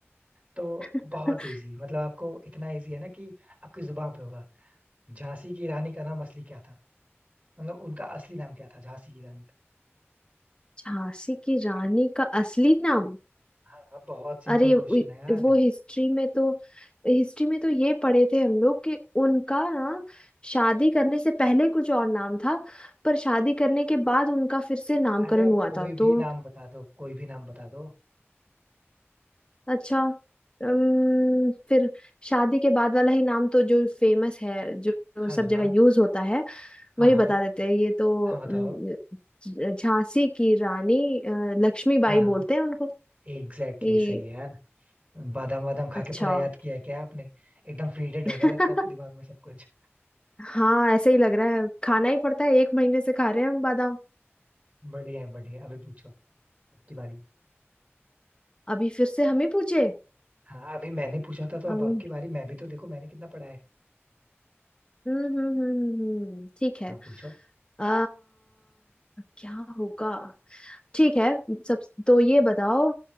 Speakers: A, on the right; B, on the left.
A: तो
B: <laughs>
A: बहुत इजी मतलब आपको इतना इजी है ना कि आपकी जुबान पे होगा झांसी की रानी का नाम असली क्या था मतलब उनका असली नाम क्या था झांसी की रानी का
B: झांसी की रानी का असली नाम
A: हाँ बहुत सिंपल
B: अरे
A: क्वेश्चन
B: उ-
A: है यार
B: वो हिस्ट्री में तो हिस्ट्री में तो ये पढ़े थे हम लोग कि उनका ना शादी करने से पहले कुछ और नाम था पर शादी करने के बाद उनका फिर से नामकरण
A: अरे आप
B: हुआ
A: कोई
B: था तो
A: भी नाम बता दो कोई भी नाम बता दो
B: अच्छा अम, फिर शादी के बाद वाला ही नाम तो जो फेमस है जो जो
A: हाँ
B: सब
A: हाँ
B: जगह यूज होता है
A: हाँ
B: वही
A: हाँ
B: बता देते हैं ये तो
A: हाँ
B: अम,
A: बताओ
B: झ- झांसी की रानी अ, लक्ष्मीबाई
A: हाँ हाँ
B: बोलते हैं उनको
A: एग्जैक्टली
B: ये
A: exactly सही है यार बादाम वादाम खा
B: अच्छा
A: के पूरा याद किया है क्या आपने एकदम फीडेड
B: <laughs>
A: हो गया लगता है आपके दिमाग में सब कुछ
B: हाँ ऐसे ही लग रहा है खाना ही पड़ता है एक महीने से खा रहे हैं हम बादाम
A: बढ़िया है बढ़िया है। अभी पूछो आपकी बारी
B: अभी फिर से हम ही पूछे
A: हाँ अभी मैंने पूछा था तो
B: अम,
A: अब आपकी बारी मैं भी तो देखो मैंने कितना पढ़ा है
B: हम्म हम्म हम्म हम्म हम्म, ठीक है
A: हाँ पूछो
B: आ, क्या होगा ठीक है सब तो ये बताओ